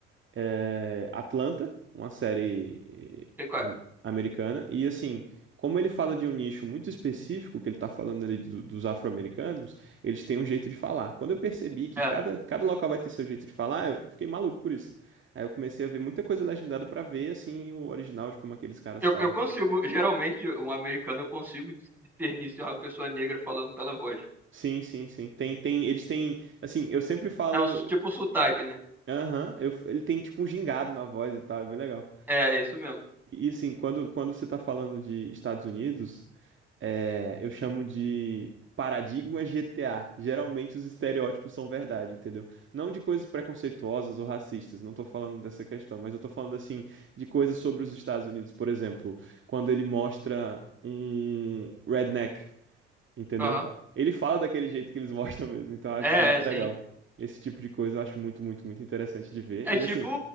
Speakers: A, on the right; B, in the centre.
A: é, Atlanta, uma série eh,
B: sei qual é.
A: am- americana, e assim, como ele fala de um nicho muito específico, que ele tá falando ali do- dos afro-americanos, eles têm um jeito de falar. Quando eu percebi que
B: É.
A: cada, cada local vai ter seu jeito de falar, eu fiquei maluco por isso. Aí eu comecei a ver muita coisa legendada pra ver, assim, o original de como aqueles caras
B: Eu,
A: falam.
B: eu consigo, geralmente, um americano, eu consigo discernir se é uma pessoa negra falando pela voz.
A: Sim, sim, sim. Tem, tem, eles têm, assim, eu sempre falo,
B: É o, s- tipo o sotaque, né?
A: aham, eu- ele tem tipo um gingado na voz e tal, é bem legal.
B: É, é isso mesmo.
A: E assim, quando, quando você tá falando de Estados Unidos. é, eu chamo de paradigma GTA. Geralmente os estereótipos são verdade, entendeu? Não de coisas preconceituosas ou racistas, não tô falando dessa questão, mas eu tô falando assim de coisas sobre os Estados Unidos, por exemplo, quando ele mostra um redneck, entendeu?
B: Aham.
A: Ele fala daquele jeito que eles <laughs> mostram mesmo, então eu acho
B: É,
A: isso muito
B: é, sim.
A: legal. Esse tipo de coisa eu acho muito, muito, muito interessante de ver.
B: É
A: E
B: tipo,
A: assim,